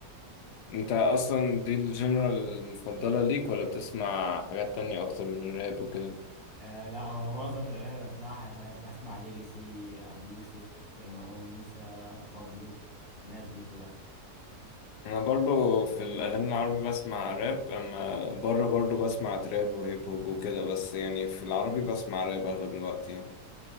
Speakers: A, on the left (about 85°); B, on the left (about 30°).
A: انت اصلا دي الجنرال المفضلة ليك ولا بتسمع حاجات تانية اكتر من الراب وكده
B: آه لا هو معظم الأغاني اللي بسمعها يعني بسمع ليجاسي أبي يوسف مروان موسى بابلو الناس دي كلها
A: انا برضو في الاغاني العربي بسمع راب اما بره برضو بسمع تراب وهيب هوب وكده بس يعني في العربي بسمع راب اغلب الوقت يعني